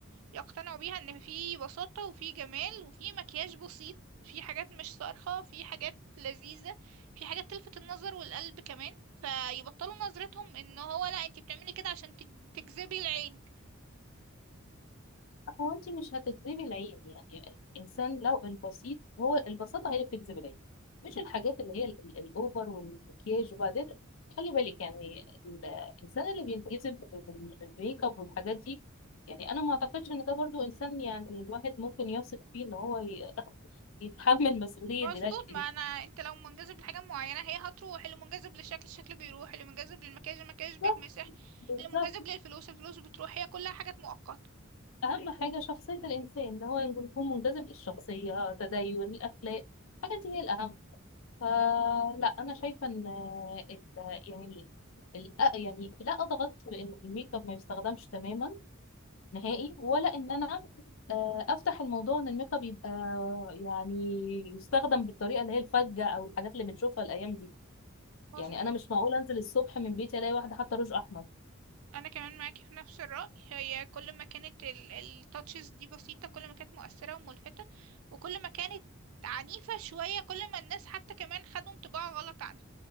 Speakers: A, on the right (about 80°); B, on the left (about 70°).
A: يقتنعوا بيها ان في بساطة وفي جمال وفي مكياج بسيط في حاجات مش صارخة في حاجات لذيذة في حاجات تلفت النظر والقلب كمان فيبطلوا نظرتهم ان هو لا انت بتعملي كده عشان تج- تجذبي العين
B: هو انت مش هتجذبي العين يعني الانسان لو البسيط هو البساطه هي اللي بتجذب العين مش الحاجات اللي هي ال- ال- الاوفر والمكياج وبعدين خلي بالك يعني ال- الانسان اللي بينجذب بال- بالميك اب والحاجات دي يعني انا ما اعتقدش ان ده برضو انسان يعني الواحد ممكن يثق فيه ان هو ي- يتحمل مسؤوليه
A: مظبوط
B: دلوقتي
A: ما انا انت لو منجذب لحاجة معينة هي هتروح اللي منجذب للشكل الشكل بيروح اللي منجذب للمكياج المكياج بيتمسح
B: بالظبط بالظبط
A: اللي منجذب للفلوس الفلوس بتروح هي كلها حاجات مؤقتة
B: اهم حاجه شخصيه الانسان ان هو يكون منجذب للشخصيه تدين الاخلاق الحاجات دي هي الاهم فلا انا شايفه ان ال... يعني ال... الأ- يعني لا اضغط بان الميك اب ما يستخدمش تماما نهائي ولا ان انا آه، افتح الموضوع ان الميك اب يبقى يعني يستخدم بالطريقه اللي هي الفجه او الحاجات اللي بنشوفها الايام دي
A: مظبوط
B: يعني انا مش معقول انزل الصبح من بيتي الاقي واحده حاطه روج احمر
A: انا كمان معاكي في نفس الرأي هي كل ما كانت التاتشز دي بسيطة كل ما كانت مؤثرة وملفتة وكل ما كانت عنيفة شوية كل ما الناس حتى كمان خدوا انطباع غلط عنها